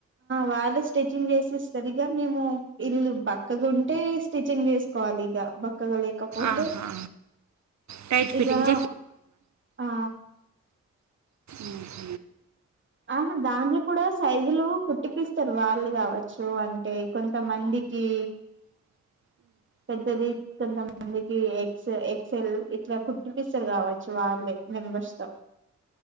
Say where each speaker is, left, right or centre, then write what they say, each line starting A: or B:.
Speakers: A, on the right; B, on the right.
A: వాళ్ళ స్టిచ్చింగ్ చేసి ఇస్తారు ఇగ మేము ఇల్లు బక్కగాంటే స్టిచ్చింగ్ చేసుకోవాలి ఇగా పక్కగ లేకపోతే
B: ఆహా టైట్ ఫిట్టింగ్
A: ఇగా ఆ
B: ఉహ్
A: ఆహా దాంట్లో కూడా సైజులు కుట్టిపిస్తారు వాళ్ళు కావచ్చు అంటే కొంతమంది కి పెద్దది కొంతమంది ఎక్స్ ఎక్స్ ఎల్ ఇట్లా కుట్టిపిస్తారు కావచ్చు వాళ్ళు మెంబర్స్ తో